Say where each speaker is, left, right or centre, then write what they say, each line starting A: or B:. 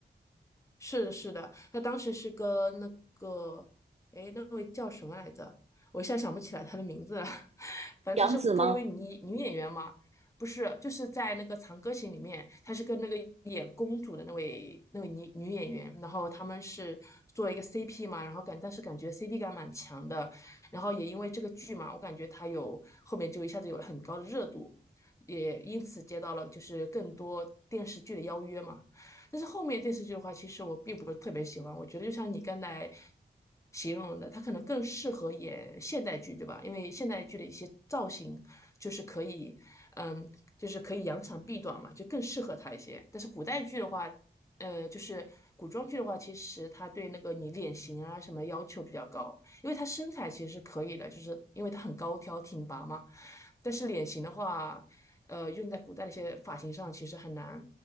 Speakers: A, on the left; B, on the right.
A: 是的，是的，他当时是跟那个，哎，那位叫什么来着？我一下想不起来他的名字了。<laughs> 反正他是跟一位女女演员嘛，
B: 杨紫吗？
A: 不是，就是在那个《长歌行》里面，他是跟那个演公主的那位那位女女演员，然后他们是做了一个 CP 嘛，然后感但是感觉 CP 感蛮强的，然后也因为这个剧嘛，我感觉他有后面就一下子有了很高的热度，也因此接到了就是更多电视剧的邀约嘛。但是后面电视剧的话，其实我并不是特别喜欢。我觉得就像你刚才形容的，他可能更适合演现代剧，对吧？因为现代剧的一些造型就是可以，嗯，就是可以扬长避短嘛，就更适合他一些。但是古代剧的话，呃，就是古装剧的话，其实他对那个你脸型啊什么要求比较高，因为他身材其实是可以的，就是因为他很高挑挺拔嘛。但是脸型的话，呃，用在古代的一些发型上其实很难，